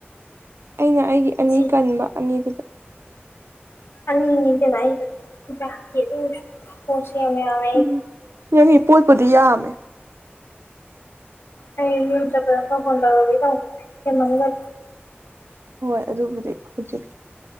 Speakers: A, on the right; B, on the left.
A: ꯑꯩꯅ ꯑꯩꯒꯤ ꯑꯅꯤ
B: ꯁꯤ
A: ꯀꯟꯕ ꯑꯅꯤꯗꯨꯗ
B: ꯑꯅꯤ ꯑꯅꯤ ꯀꯃꯥꯏꯅꯥ ꯈꯨꯀꯥꯛꯇꯤ ꯀꯣꯛꯁꯦ ꯌꯥꯝ ꯉꯥꯎꯔꯦ
A: ꯎꯝ ꯅꯪꯒꯤ ꯄꯣꯠꯄꯨꯗꯤ ꯌꯥꯝꯃꯦ
B: ꯑꯩ ꯌꯨꯝ ꯆꯄꯗ ꯀꯣꯛ ꯐꯣꯟ ꯇꯔꯛꯑꯥꯒꯦꯀꯣ ꯍꯦꯟꯃꯜꯂꯦ
A: ꯍꯣꯏ ꯑꯗꯨꯕꯨꯗꯤ ꯍꯧꯖꯤꯛ